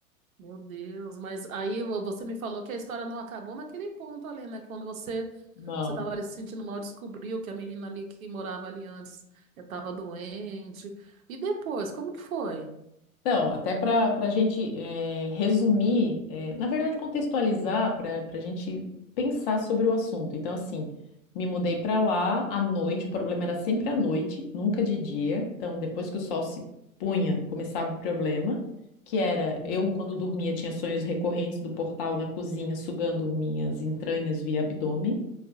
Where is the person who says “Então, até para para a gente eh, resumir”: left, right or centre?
Left